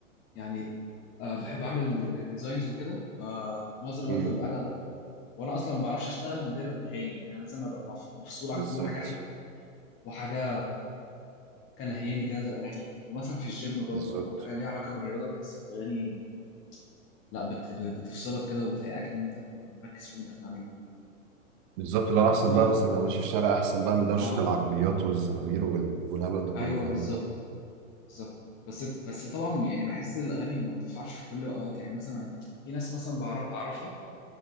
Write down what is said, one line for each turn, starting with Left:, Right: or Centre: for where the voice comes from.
Left: يعني آه بحب اعمل ديزاينز وكده فمعظم الوقت
Right: مم.
Left: ببقى قاعد على اللابتوب وانا اصلا ما بعرفش اشتغل من غير الاغاني يعني انا لازم ابقى مف- مفصول عن
Right: بالظبط
Left: كل حاجه حقيقية وحاجه كلهياني كده زي الاغاني ومثلا في الجيم برضو
Right: بالظبط
Left: او حاجه ليها علاقه بالرياضه بحس الاغاني لا بت... بتفصلك كده وبتهيئك ان انت تبقى مركز في اللي انت بتعمله
Right: بالظبط لو احسن
Left: بس ما
Right: بقى مثلا لو ماشي في الشارع احسن بقى من دوشه
Left: اه
Right: العربيات والزمامير وال- والهبل ده كله
Left: ايوه
Right: فاهم
Left: بالظبط
Right: انت
Left: بالظبط بس بس طبعا يعني بحس الاغاني ما بتنفعش في كل الاوقات يعني مثلا في ناس مثلا بعرف اعرفها